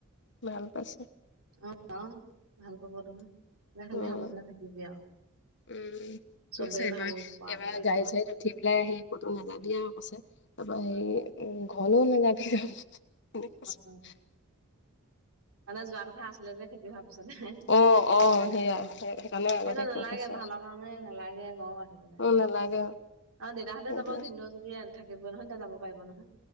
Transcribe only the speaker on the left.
ভাল পাইছে।
উম,
উম।
কৈছে এইবাৰ,
এইবাৰ
গাড়ী চাড়ীত উঠি পেলাই হেৰি ক'তো নাযাবি আৰু কৈছে, তাৰপৰা হেৰি
উম, ঘৰলেও নাযাবি <unintelligible> এনেকে কৈছে।
অ', অ',
সেয়া
সেইকাৰণে আগতে
কৈ থৈছে আৰু,
অ', নালাগে আৰু।
সেইটোৱে।